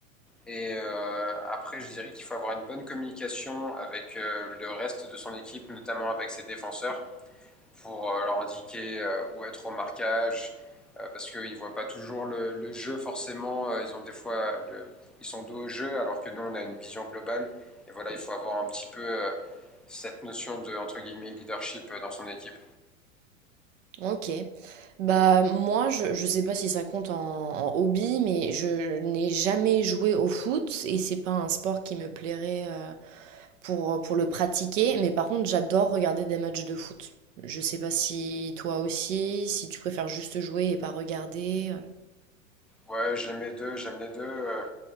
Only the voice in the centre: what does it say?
Et euh, après, je dirais qu'il faut avoir une bonne communication avec euh, le reste de son équipe, notamment avec ses défenseurs, pour euh, leur indiquer euh, où être au marquage, euh, parce qu'ils ne voient pas toujours le, le jeu forcément. euh, Ils ont des fois, le- ils sont dos au jeu, alors que nous, on a une vision globale. Et voilà, il faut avoir un petit peu euh, cette notion de entre guillemets leadership euh, dans son équipe.
Ouais, j'aime les deux, j'aime les deux. euh,